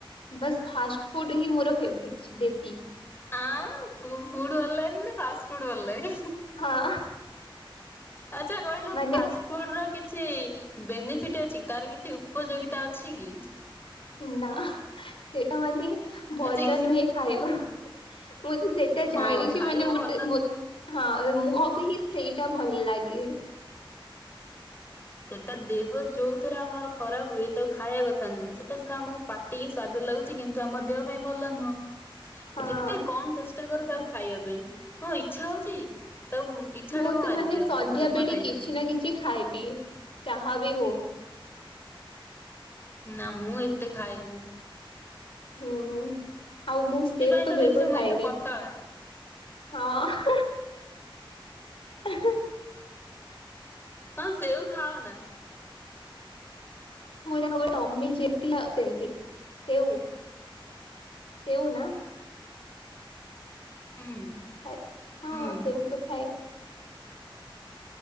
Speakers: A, on the left; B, on the left.
A: ବାସ୍ ଫାଷ୍ଟ ଫୁଡ ହିଁ ମୋର ଫେଭଟ୍ ବେଶୀ।
B: ହ ଫ ଫୁଡ଼ ବଲ ନି ନା ଫାଷ୍ଟଟ ଫୁଡ଼ ବଲ ଲାଗେ।
A: ହଁ
B: ଆଚ୍ଛା କହିଲୁ
A: ମାନେ
B: ଫାଷ୍ଟ -- ଫୁଡ ର କିଛି ବେନିଫିଟ ଅଛି ତାର କିଛି ଉପଯୋଗିତା ଅଛି କି?
A: ନା ସେଟା ମାନେ- - ଭଲ
B: ଆ ଦେ
A: ନୁହେଁ ଖାଇବା ମୁଁ ତ ସେଇଟା ଜାଣିଚି
B: ହଁ ଖାଇବା
A: ମାନେ-
B: ଭଲ
A: - ହଁ ମୁଁ ଆକୁ ହିଁ ସେଇଟା ଭଲ ଲାଗେ।
B: ସେଟା ଦେହ ଯୋଉ ଥରେ ଆମର ଖରାପ ହୁଏ ତା ଖାଇବା କଥା ନୁହଁ? ସେଟା ସିନା ଆମକୁ ପା -- ଟିକେ ସ୍ବାଦ ଲାଗୁଛି କିନ୍ତୁ ଆମ ଦେହ ପାଇଁ ଭଲ ନୁହଁ?
A: ହଁ
B: ଯେତେ କମ ଚେଷ୍ଟା କର ତାକୁ ଖାଇବା ପାଇଁ ହଁ ଇଚ୍ଛା ହଉଚି। ତ ଇଛା
A: ମୁଁ
B: ଟାକୁ
A: ତ
B: ମାରିଦିଅ
A: ମାନେ ସନ୍ଧ୍ୟା
B: ଜମା
A: ବେଳେ
B: ଖାଇବନି।
A: କିଛି ନା କିଛି ଖାଇବି ଚାହା ବି ହଉ।
B: ନା ମୁଁ ଏତେ ଖାଏନି।
A: ହୁଁ ଆଉ ମୁଁ
B: ସେଥିପାଇଁ
A: ସେପ ତ ବିଲକୁଲ
B: ଦେଖିଛ ମୁଁ
A: ଖାଏନି।
B: ଏତେ ପତଳା
A: ହଁ ହେଁ ହେଁ ହୁଁ ହୁଁ
B: ହଁ ସେଉ ଖାଅ ନ?
A: ମୋର ଆଉ ଗୋଟେ ଅମି ଯେମତି ଆଉ ସେମିତି ସେଉ ସେଉ ନା
B: ହୁଁ
A: ଖ ହଁ
B: ହୁଁ
A: ସେବ ତ ଖାଏ।